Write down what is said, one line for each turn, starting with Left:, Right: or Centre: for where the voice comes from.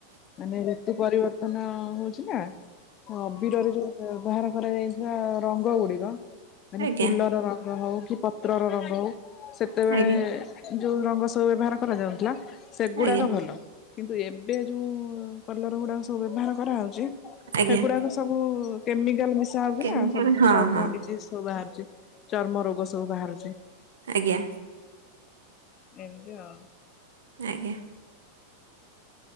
Left: ମାନେ ଋତୁ ପରିବର୍ତ୍ତ ବର୍ତ୍ତନ ହଉଛି ନା ଅବିରରେ ଯୋଉ ବ୍ୟବହାର କରାଯାଇଥିବା ରଙ୍ଗ ଗୁଡିକ ମାନେ
Right: ଆଜ୍ଞା
Left: ଫୁଲର ରଙ୍ଗ ହଉ କି? ପତ୍ରର ରଙ୍ଗ ହଉ ସେତେବେଳେ
Right: ଆଜ୍ଞା
Left: ଯୋଉ ରଙ୍ଗ ସବୁ ବ୍ୟବହାର କରାଯାଉଥିଲା। ସେଗୁଡ଼ାକ
Right: ଆଜ୍ଞା
Left: ଭଲ। କିନ୍ତୁ ଏବେ ଯୋଉଁ କଲର ଗୁଡ଼ାକ ସବୁ ବ୍ୟବହାର କରାହେଉଛି
Right: ଆଜ୍ଞା
Left: ହେଗୁଡାକ ସବୁ କେମିକାଲ୍ ମିଶାହଉଛି
Right: କେମିତି
Left: ନା, ସବୁୁ
Right: ହଁ
Left: ଚର୍ମ
Right: ହଁ
Left: ଡିଜିଜ୍ ସବୁ ବାହାରୁଛି। ଚର୍ମ ରୋଗ ସବୁ ବାହାରୁଛି,
Right: ଆଜ୍ଞା
Left: ଏମତି ଆଉ।
Right: ଆଜ୍ଞା।